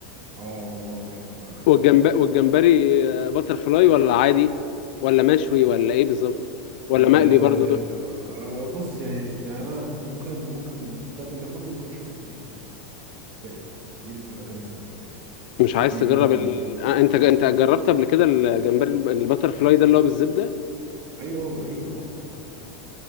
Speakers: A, on the right; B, on the left.
A: اه م- آه، بحب مقلو عادي
B: والجنب والجمبري آه، باتر فلاي ولا عادي ولا مشوي ولا ايه بالظبط ولا
A: آه
B: مقلي برضو
A: آه، بص يعني يعني انا ممكن ممكن بدل ده كله ممكن شوربه سي فود بالنسبه لي بقى دي اللي بتبقى جنب السمك
B: مش عايز
A: دي
B: تجرب
A: بقى ال...
B: ال... آه، انت انت جربت قبل كده الجمبري الب- الباتر فلاي ده اللي هو بالزبدة
A: ايوه ايوه جربته اه